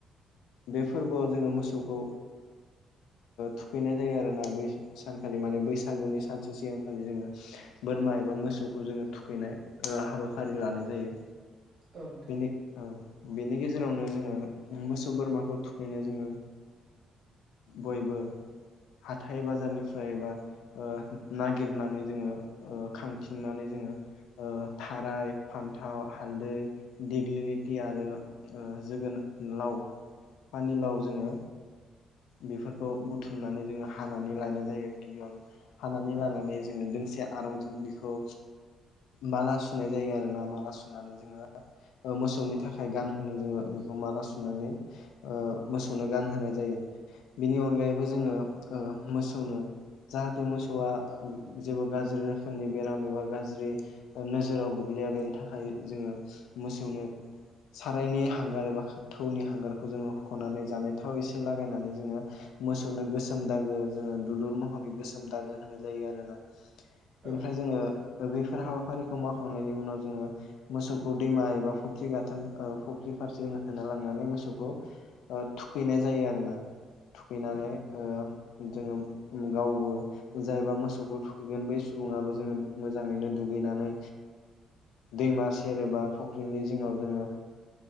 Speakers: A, on the left; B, on the right.
A: बे फोरबोआव जोङो मोसौखौ थुखैनाय जायो आरो ना बै सानखालि माने बैसागुनि सानसे सिगांखालि जोङो बोरमा एबा मोसौखौ जोङो थुखैनाय हाबाफारि लानाय जायो।
B: औ नोंथां
A: बेनि औ बेनि गेजेरावनो जोङो मोसौ मोसौ बोरमाखौ थुखैनो जोङो बयबो हाथाय बाजारनिफ्रायबा नागिरनानै जोङो खांथिंनानै जोङो थाराय फान्थाव हालदै देग्लिलिटि आरो जोगोनार लाव पानिलाव जोङो बेफोरखौ बुथुमनानै जोङो हानानै लानाय जायो। गिबियावनो हानानै
B: औ
A: लानानै जोङो दोंसे आरंजों बेखौ माला सुनाय जायो आरोना माला सुनानै जोङो मोसौनि थाखाय गानहो जोङो बेखौ माला सुनानै मोसौनो गानहोनाय जायो। बिनि अनगायैबो जोङो मोसौनो जाहाथे मोसौआ जेबो गाज्रि रोखोमनि बेराम एबा गाज्रि नोजोराव गोग्लैयो या बेनि थाखाय जो मोनो सारायनि हांगार एबा थौनि हांगार बेखौ जोङो हुखोनानै जानाय थाव एसे लागायनानै जोङो मोसौनो गोसोम दागो जोङो दुलुर महर गोसोम दागो होनाय जायो आरोना। बेनिफ्राय
B: औ
A: जोङो बेफोर हाबाफारिखौ मावखांनायनि उनाव जोङो मोसौखौ दैमा एबा फुख्रि गाथोन फुख्रि फारसे होना लांनानै मोसौखौ थुखैनाय जायो आरोना थुखैनानै
B: उम
A: जोङो गावबो जायबा मोसौखौ थुखैगोन बै सुबुाबो जोङो मोजाङैनो दु गैनानै दैमा सेर एबा फुख्रिनि जिङाव जोङो